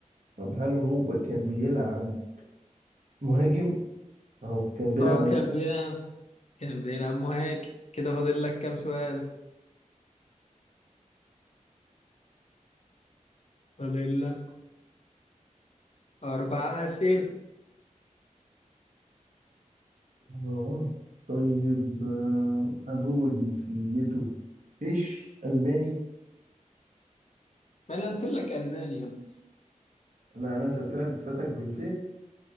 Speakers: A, on the right; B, on the left.
A: طب هل هو كان بيلعب مهاجم أو كان بيلعب
B: اه
A: مهاجم
B: كان بيلعب كان بيلعب مهاجم كده فاضل لك كام سؤال فاضل لك أربع أسئلة
A: اه طيب آه، هل هو جنسيته مش ألماني
B: ما أنا قلت لك ألماني يا ابني
A: أنا أنا سألتلك سألتك جنسية